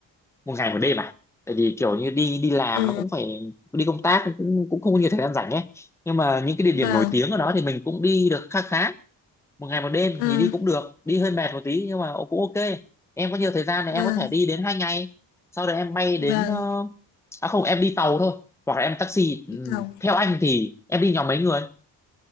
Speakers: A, in the centre; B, on the left (about 75°).
A: một ngày một đêm à. Tại vì kiểu như đi đi làm
B: ờ,
A: nó cũng phải đi công tác cũng cũng cũng không có nhiều thời gian rảnh ấy. Nhưng mà những cái địa điểm
B: vàng
A: nổi tiếng ở đó thì mình cũng đi được khá khá. Một ngày một đêm
B: à,
A: thì đi cũng được, đi hơi mệt một tí nhưng mà cũng ok. Em có nhiều thời gian thì em
B: vàng
A: có thể đi đến hai ngày. Sau đó em bay đến
B: vàng
A: ờ, à không em đi tàu thôi hoặc là em taxi. Ừ,
B: đi tàu.
A: Theo anh thì em đi nhóm mấy người?